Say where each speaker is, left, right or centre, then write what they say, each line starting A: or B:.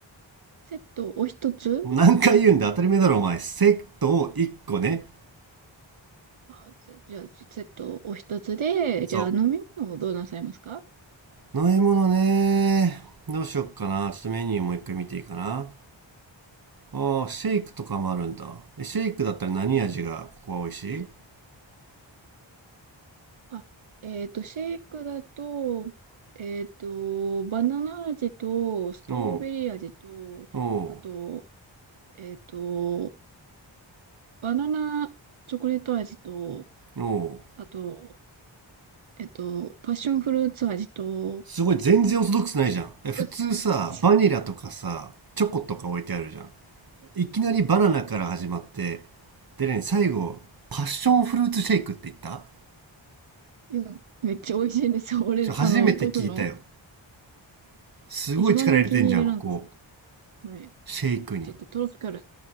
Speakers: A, on the right (about 80°); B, on the right (about 50°).
A: セットお一つ
B: もう何回言うんだ当たり前だろお前。セットを1個ね。
A: あ、じゃじゃあ、セットお一つで、
B: そ
A: じゃあ、飲み物をどうなさいますか
B: う。飲み物ね。どうしよっかな。ちょっとメニューもう一回見ていいかな。ああ、シェイクとかもあるんだ。え、シェイクだったら何味がここは美味しい
A: あ、えっと、シェイクだと、えっと、バナナ味と、ストロベリー味と、
B: おう、お
A: あと、えっと、バナナチョコレート味と、
B: う、おう。
A: あと、えっと、パッションフルーツ味と、
B: すごい全然オーソドックスないじゃん。え、普通さ、
A: <laughs> い
B: バニラとかさ、チョコとか置いてあるじゃん。いきなりバナナから始まって、でね、最後、パッションフルーツシェイクって言った
A: や、めっちゃ美味しいんですよ。俺、
B: ちょ、初めて聞いたよ。
A: あの、僕の
B: すごい力入れてんじゃん、
A: 一番のお気に入りなんですけ
B: ここ。
A: ど、はい
B: シェイクに。
A: ちょっとトロピカル、